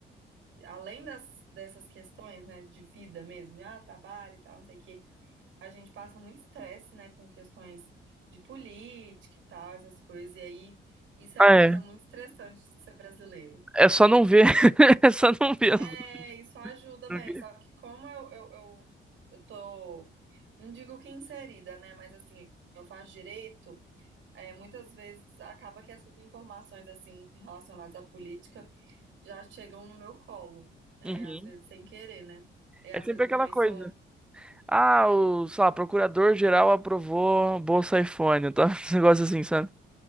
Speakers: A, on the right (about 70°); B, in the centre.
A: além das, dessas questões, né, de vida mesmo, de ah, trabalho e tal, não sei o quê. a gente passa muito estresse, né, com questões de política e tal, essas coisas, e aí isso
B: Ah,
A: é uma coisa
B: é.
A: muito estressante de ser brasileiro.
B: É só não ver.
A: É,
B: <laughs> É só não ver as
A: é,
B: duas.
A: isso ajuda
B: Porque-
A: bem, só que como eu, eu, eu, eu tô, não digo que inserida, né, mas assim, eu faço direito, é, muitas vezes acaba que essas informações, assim, relacionadas à política já chegam no meu colo, é,
B: Uhum.
A: às vezes sem querer, né? E às
B: É sempre
A: vezes eu
B: aquela
A: também
B: coisa.
A: sou
B: Ah, o, sei lá, procurador-geral aprovou Bolsa iPhone, tá? <laughs> Esse negócio assim, sabe?